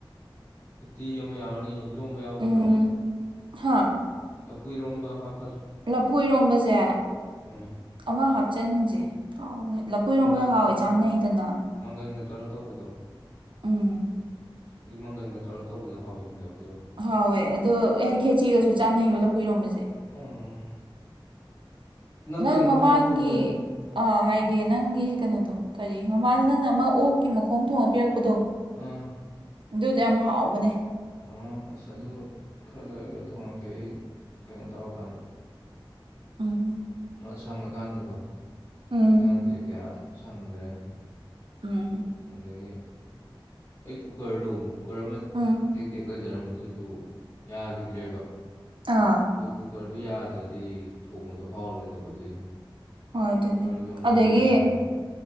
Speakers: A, on the left; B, on the right.
A: ꯎꯇꯤ ꯑꯃ ꯌꯥꯎꯔꯅꯤ ꯏꯔꯣꯝꯕ ꯌꯥꯎꯒꯗ꯭ꯔꯣ
B: ꯎꯝ ꯍꯥ
A: ꯂꯐꯨ ꯏꯔꯣꯝꯕ ꯍꯥꯞ
B: ꯂꯐꯨ ꯏꯔꯣꯝꯕꯁꯦ
A: ꯎꯝ
B: ꯑꯃ ꯍꯥꯞꯆꯟꯁꯦ ꯍꯥꯎ ꯂꯥꯐꯨ ꯏꯔꯣꯝꯕꯗꯨ
A: ꯃꯪꯒꯟ
B: ꯍꯥꯎꯋꯦ ꯆꯥꯅꯩꯗꯅ
A: ꯃꯪꯒꯟꯒ ꯇꯧꯔ ꯇꯧꯕꯗꯣ
B: ꯎꯝ
A: ꯑꯗꯨ ꯃꯪꯒꯟꯒ ꯇꯧꯔ ꯇꯧꯕꯗꯅ ꯍꯥꯎꯋꯤꯅꯦ ꯂꯧ
B: ꯍꯥꯎꯋꯦ ꯑꯗꯣ ꯈꯦꯆꯤꯒꯁꯨ ꯆꯥꯟꯅꯩꯕ ꯂꯥꯐꯨ ꯏꯔꯣꯝꯕꯁꯦ
A: ꯎꯝ
B: ꯅꯪ
A: ꯀꯩꯅꯣꯝ
B: ꯃꯃꯥꯡꯒꯤ
A: ꯍꯥꯏꯒꯦ ꯇꯧꯔꯝꯗꯥꯏꯅꯦ
B: ꯑꯥ ꯍꯥꯏꯒꯦ ꯅꯪꯒꯤ ꯀꯩꯅꯣꯗꯣ ꯀꯔꯤ ꯃꯃꯥꯡꯗ ꯅꯪꯅ ꯑꯃ ꯑꯣꯛꯀꯤ ꯃꯈꯣꯡ ꯊꯣꯡꯉ ꯄꯤꯔꯛꯄꯗꯣ
A: ꯑꯝ
B: ꯑꯗꯨꯗꯣ ꯌꯥꯝ ꯍꯥꯎꯕꯅꯦ
A: ꯑꯣ ꯑꯁ ꯑꯗꯨ ꯈꯔ ꯂꯩꯔꯒ ꯊꯣꯡꯉꯛꯀꯦ ꯑꯩ ꯀꯩꯅꯣ ꯇꯧꯔꯀꯥꯟꯗ <inaudible>
B: ꯎꯝ
A: ꯃꯥ ꯁꯪꯉꯀꯥꯟꯗꯀꯣ
B: ꯎꯝ
A: ꯍꯧꯖꯤꯛꯀꯥꯟꯖꯦ ꯀꯌꯥ ꯁꯪꯗ꯭ꯔꯦꯅꯦ
B: ꯎꯝ
A: ꯑꯗꯒꯤ ꯑꯩ ꯀꯨꯀꯔꯗꯣ ꯀꯨꯀꯔ ꯑꯃ
B: ꯎꯝ
A: ꯇꯦꯛ ꯇꯦꯛ ꯂꯩꯖꯔꯝꯕꯗꯨꯖꯨ ꯌꯥꯒꯤꯗ꯭ꯔꯦꯕ
B: ꯑꯥ
A: ꯑꯗꯨ ꯀꯨꯀꯔꯗꯨ ꯌꯥꯗ꯭ꯔꯗꯤ ꯊꯣꯡꯕꯗꯣ ꯍꯥꯎꯔꯣꯏꯗꯕ ꯑꯗꯨꯏꯅꯤ
B: ꯍꯣꯏ ꯑꯗꯨꯅꯦ
A: ꯀꯨꯀꯔꯁꯨ ꯑꯃ
B: ꯑꯗꯒꯤ
A: ꯂꯩꯈꯤꯗ ꯌꯥꯔꯣꯏ